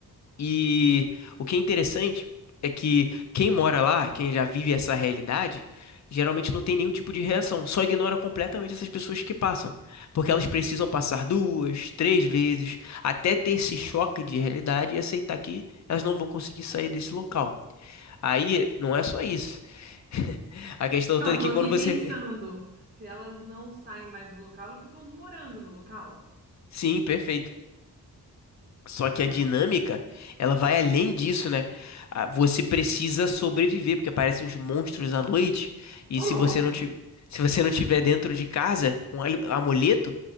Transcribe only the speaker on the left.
E o que é interessante é que quem mora lá, quem já vive essa realidade, geralmente não tem nenhum tipo de reação, só ignora completamente essas pessoas que passam, porque elas precisam passar duas, três vezes até ter esse choque de realidade e aceitar que elas não vão conseguir sair desse local. Aí não é só isso. <laughs> A questão
toda
é que
quando você.
<laughs> Sim, perfeito. Só que
a dinâmica, ela vai além disso, né? Ah, Você precisa sobreviver, porque aparecem uns monstros à noite, e
se
você não tiver, se você não tiver dentro de casa com ali- amuleto